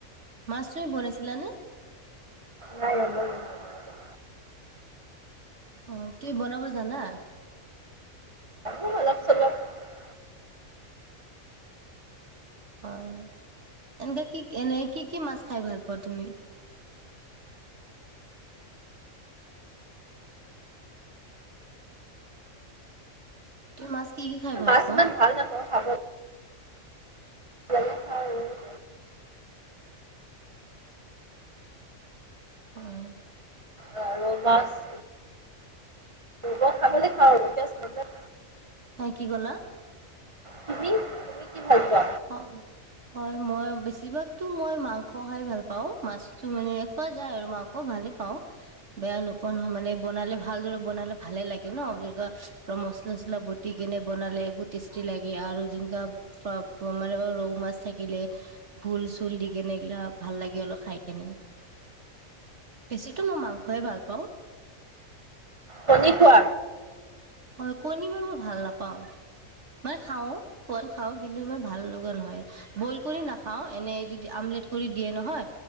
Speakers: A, on the right; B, on the right.
A: মাছ তুমি বনাইছিলানে?
B: নাই ৰন্ধা নহয় মায়ে বনাইছে
A: অ'। তুমি বনাব জানা?
B: <inaudible>
A: হয়। এনেকে কি এনে কি কি মাছ খাই ভাল পোৱা তুমি? পুঠি মাছ। কি কি খাই ভাল
B: মাছ
A: পোৱা
B: ইমান ভাল নাপাওঁ খাব। লাগে খাওঁ আৰু
A: অ'।
B: কাৱৈ মাছ মই খাব লাগে খাওঁ‌ তেজ নাপাওঁ।
A: সে কি ক'লা?
B: তুমি তুমি কি ভাল পোৱা?
A: অ' হয় মই বেছিভাগতো মই মাংস খাই ভাল পাওঁ। মাছটো মানে খোৱা যায় আৰু মাংস ভালে পাওঁ, বেয়া নোপোৱা নহয়। মানে বনালে ভালদৰে বনালে ভালে লাগে ন। যেনেকা মচলা চচলা বতি কেনে বনালে বহুত টেষ্টি লাগে আৰু যেনেকুৱা মানে ৰৌ মাছ থাকিলে। ভোল চুল দি কেনে এইগিলা ভাল লাগে আৰু খাই কেনে। বেছিতো মই মাংসই ভাল পাওঁ।
B: কণী খোৱা?
A: হয় কণী মই মই ভাল নাপাও। মানে খাওঁ‌ খোৱাতটো খাওঁ‌। ইমান ভাল লগা নহয়। বইল কৰি নাখাওঁ‌ এনেই যদি আমলেট কৰি দিয়ে নহয়,